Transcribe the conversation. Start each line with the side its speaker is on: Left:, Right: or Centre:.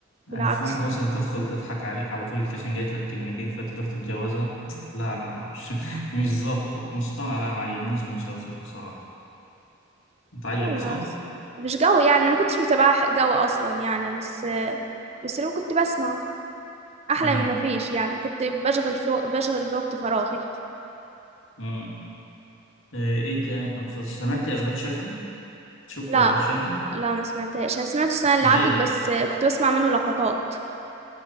Left: يعني
Right: بالعكس
Left: مش واحدة مثلا تدخل تضحك عليك على طول عشان جايت لك كلمتين فانت تروح تتجوزها لا لا مش <laughs> مش ظابطة مصطنع لا ما عجبنيش المسلسل بصراحة انت عجبك
Right: يلا
Left: صح؟
Right: بس. مش قوي يعني أنا ما كنتش متابعة قوي أصلا يعني بس آه، بس لو كنت بسمع أحلى
Left: امم
Right: من ما فيش يعني كنت بشغل في بشغل بوقت فراغي
Left: امم ايه إيه تاني كان مسلسل سمعت اشغال شقة؟ شفت
Right: لا
Left: اشغال شقة؟
Right: لا ما سمعتهاش انا سمعته السنه اللي
Left: ليه؟
Right: عدت بس كنت بسمع منه لقطات